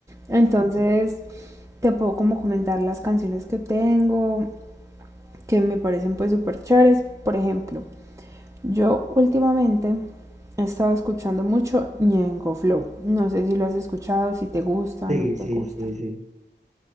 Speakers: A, on the right; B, on the right.
A: entonces te puedo como comentar las canciones que tengo, que me parecen pues súper chéveres. Por ejemplo, yo últimamente he estado escuchando mucho Ñengo Flow. No sé si lo has escuchado, si te gusta,
B: Sí,
A: no
B: sí,
A: te gusta.
B: sí, sí.